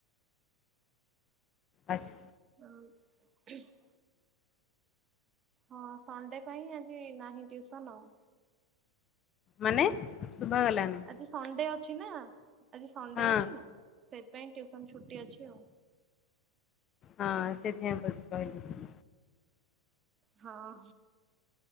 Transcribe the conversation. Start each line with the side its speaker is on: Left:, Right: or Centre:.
Left: ଆଚ୍ଛା।
Right: ଆଉ। ହଁ ସଣ୍ଡେ ପାଇଁ ଆଜି ନାହିଁ ଟ୍ୟୁସନ ଆଉ।
Left: ମାନେ ଶୁଭା ଗଲାଣି।
Right: ଆଜି ସଣ୍ଡେ ଅଛି ନା ଆଜି ସଣ୍ଡେ
Left: ହଁ
Right: ଅଛି ନା ସେଥିପାଇଁ ଟ୍ୟୁସନ୍ ଛୁଟି ଅଛି ଆଉ।
Left: ହଁ ସେଥିପାଇଁ ବୋଧେ କହିଲି।
Right: ହଁ।